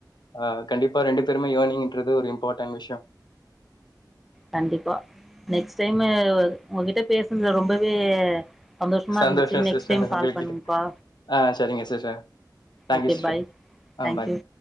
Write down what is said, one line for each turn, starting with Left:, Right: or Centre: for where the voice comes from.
Left: அ கண்டிப்பா ரெண்டு பேருமே எனிங்ரது ஒரு இம்பார்டன்ட் விஷயம்
Centre: கண்டிப்பா நெக்ஸ்ட் டைம் உங்ககிட்ட பேசுதுல ரொம்பவே சந்தோஷமாக
Left: சந்தோஷம்
Centre: இருந்துச்சு நெக்ஸ்ட்
Left: சிஸர்
Centre: டைம் கால்
Left: உங்க
Centre: பண்ணுங்கப்பா
Left: கிட்ட ஆஹ் சரிங்க sister thank you
Centre: okay
Left: sister
Centre: bye
Left: ஆஹ்
Centre: தேங்க்யூ
Left: பாய்